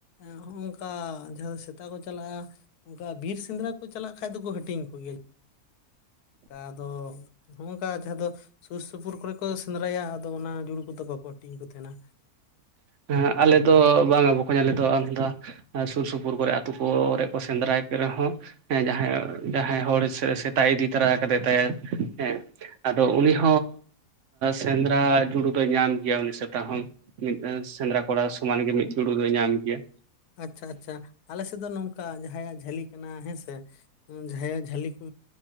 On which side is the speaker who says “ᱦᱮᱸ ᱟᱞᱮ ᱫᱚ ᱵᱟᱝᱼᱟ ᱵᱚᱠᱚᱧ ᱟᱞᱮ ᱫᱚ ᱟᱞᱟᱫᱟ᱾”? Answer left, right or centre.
Right